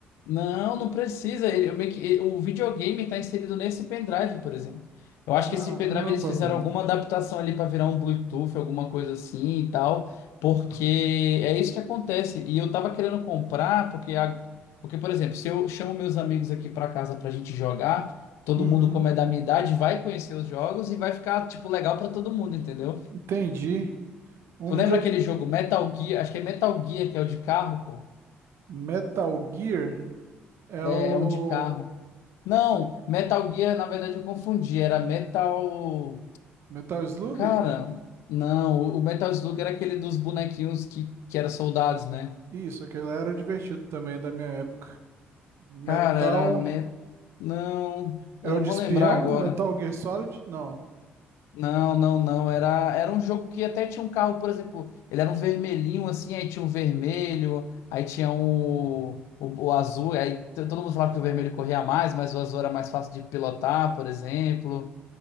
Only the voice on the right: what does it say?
Caramba,
velho.
Uhum.
Entendi. Um
vídeo
Metal Gear é
o
né?
Metal Slug?
Isso, aquele era divertido também da minha época. Metal
é
o
de
espião?
Metal Gear Solid? Não.